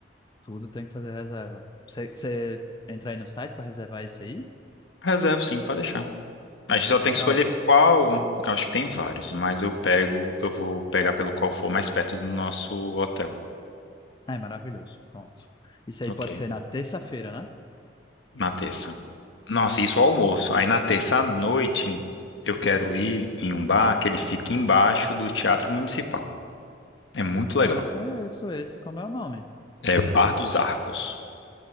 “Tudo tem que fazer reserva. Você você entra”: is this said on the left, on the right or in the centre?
Left